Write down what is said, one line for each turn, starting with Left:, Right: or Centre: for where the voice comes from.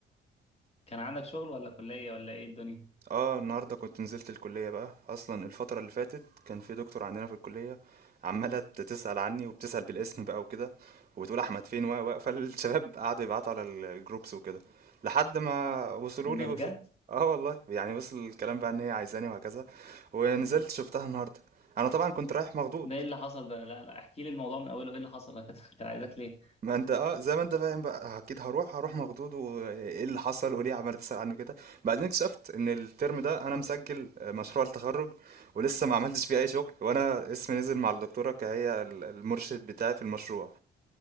Left: كان عندك شغل ولا كليه ولا ايه الدنيا
Right: اه النهارده كنت نزلت الكليه بقى اصلا الفتره اللي فاتت كان في دكتور عندنا في الكليه عماله تسال عني وبتسال بالاسم بقى وكده وبتقول احمد فين و و فالشباب قعدوا يبعتوا على ال- الجروبس وكده لحد ما وصلوا لي
Left: ده
Right: وش...
Left: بجد
Right: اه والله يعني وصل الكلام بقى ان هي عايزاني وهكذا ونزلت شفتها النهارده انا طبعا كنت رايح مخضوض
Left: ده ايه اللي حصل ده لا لا احكي لي الموضوع من اوله ايه اللي حصل <laughs> انا كنت كنت عايزك ليه
Right: ما انت اه زي ما انت فاهم بقى اكيد هروح هروح مخضوض وايه اللي حصل وليه عمال تسأل عنه كده بعدين اكتشفت ان الترم ده انا مسجل آه، مشروع التخرج ولسه ما عملتش فيه اي شغل وانا اسمي نزل مع الدكتوره كهي ال- المرشد بتاعي في المشروع